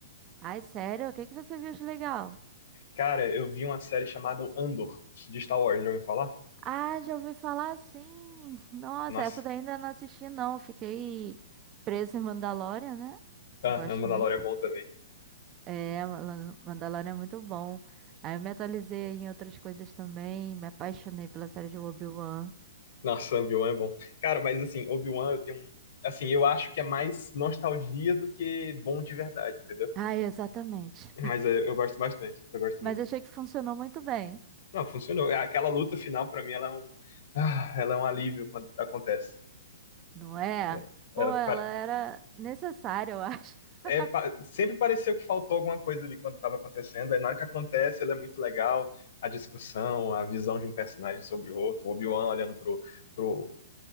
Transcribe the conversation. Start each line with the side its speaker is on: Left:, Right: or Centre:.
Right: Ai, sério, o que que você viu de legal?
Left: Cara, eu vi uma série chamada Andor, de Star Wars, já ouviu falar?
Right: Ah, já ouvi falar sim! <laughs> Nossa,
Left: Nossa.
Right: essa daí ainda não assisti não, fiquei presa em Mandalorian, né?
Left: Ah,
Right: Gosto
Left: a Mandalorian
Right: muito.
Left: é bom também.
Right: É, Mala- Mandalorian é muito bom. Aí eu me atualizei em outras coisas também, me apaixonei pela série de Obi-Wan.
Left: Nossa, Obi-Wan é bom. Cara, mas assim, Obi-Wan eu tenho um... Assim, eu acho que é mais nostalgia do que bom de verdade, entendeu?
Right: Ah, exatamente.
Left: Mas é, eu gosto bastante,
Right: <laughs>
Left: eu gosto
Right: Mas
Left: muito.
Right: achei que funcionou muito bem.
Left: Não, funcionou. É, Aquela luta final, pra mim, ela é um, ah, ela é um alívio quando acontece.
Right: Não é?
Left: É, ela
Right: Pô,
Left: pare-
Right: ela era necessária, eu acho.
Left: é
Right: <laughs>
Left: pa- sempre pareceu que faltou alguma coisa ali quando estava acontecendo. Aí na hora que acontece, ela é muito legal. A discussão, a visão de um personagem sobre o outro, o Obi-Wan olhando pro, pro